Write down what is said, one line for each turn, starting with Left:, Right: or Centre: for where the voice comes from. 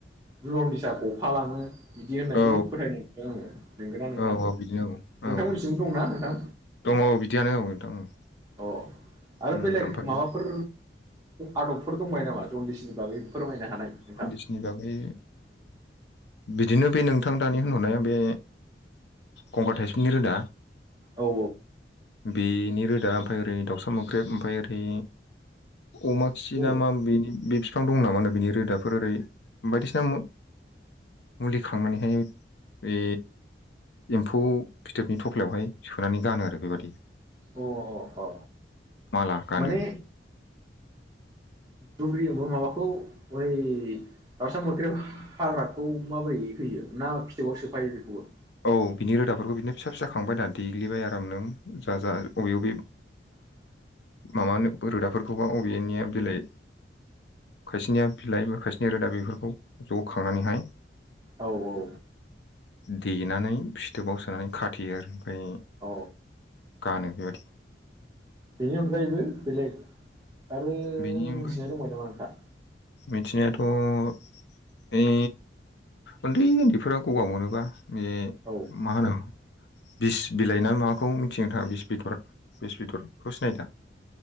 Right: जनदिसा गफा लाङो बिदि होननायबो
Left: औ
Right: फोथायनाय नुदों आङो नंगोना नङा
Left: औ औ बिदिनो औ
Right: नोंथांमोननिथिंबो
Left: औ
Right: दंना नोंथां?
Left: दङ बिदियानो औ नोंथां औ
Right: अ आरो
Left: उम
Right: बेलेग
Left: ओमफ्राय
Right: माबाफोर आदबफोर दंबायो नामा जन्दिसनि बागै फोरमायनो हानाय नोंथां
Left: जनदिसनि बागै बिदिनो बे नोंथां दानि होनहरनाया बे गंगार थाइसेनि रोदा
Right: औ
Left: बेनि रोदा ओमफाय ओरै दावसा मोख्रेब ओमफाय ओरै अमा खि
Right: औ
Left: ना मा बेनि बे बिफां दं नामा बिनि रोदाफोर ओरै बायदिसिना मुलि खांनानैहाय बे एम्फौ फिथोबनि थफ्लायावहाय सोनानै गानो आरो बेबायदि
Right: अ अ अ
Left: माला गानो
Right: माने दुब्रियावबो माबाखौ बै दाउसा मोख्रेब हाग्राखौ माबोरै होयो ना फिथोबाव सोफायो बेखौबो
Left: औ बिनि रोदाफोरखौ बिदिनो फिसा फिसा खांबायनाा देग्लिबाय आरामनो जा जा अबे अबे
Right: <unintelligible>
Left: माबानो रोदाफोरखौबा बबेनिया बिलाइ खायसेनिया बिलाइ बा खायसेनिया रोदा बेफोरखौ ज' खांनानैहाय
Right: औ औ
Left: देनानै फिथोबाव सोनानै खाथेयो आरो ओमफाय
Right: औ
Left: गानो बेबायदि
Right: बेनि अनगायैबो बेलेग आरो मोनथिनाय
Left: बेनि अनगायै
Right: दंबाय नामा नोंथाङा
Left: मिथिनायाथ' ओइ उन्दै उन्दैफोरा गगा मोनोबा बे
Right: औ
Left: माहोनो बिस बिलाइ ना माबाखौ मिथिनो थाङा बिस बिथर बिस बिथर बे खौ सिनायदा